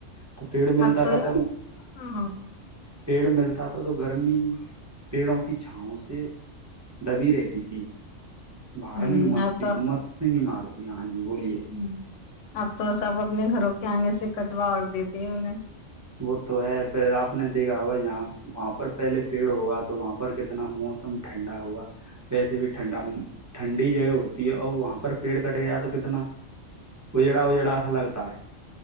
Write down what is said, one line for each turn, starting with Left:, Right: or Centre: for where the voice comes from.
Right: تو پیڑ ملتا
Left: اب تو
Right: تھا توب
Left: ہاں
Right: پیڑ ملتا تھا تو گرمی پیڑوں کی چھاؤوں سے دبی رہتی تھی بہارا
Left: ہوں
Right: نہیں مست
Left: اب تو
Right: مست نہیں مار تی ہیں ہاں جی بولیے
Left: ہوں اب تو سب اپنے گھروں کے آنگے سے کٹوا اور دیتی ہے انہیں <inaudible>
Right: وہ تو ہے پھر آپ نے دیکھا ہوگا یہاں وہاں پر پہلے پیڑ ہوگا تو وہاں پر کتنا موسم ٹھنڈا ہوا ویسے بھی ٹھنڈا ٹھنڈی جگہ ہوتی ہے اور وہاں پر پیڑ کٹ گیا تو کتنا اجڑا اجڑا سا لگتا ہے